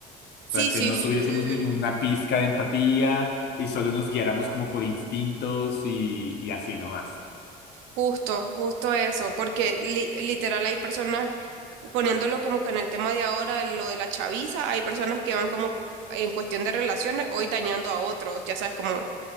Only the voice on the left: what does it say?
O
sea, que
no
tuviésemos ninguna pizca de empatía y solo nos guiáramos como por instintos y, y así nomás.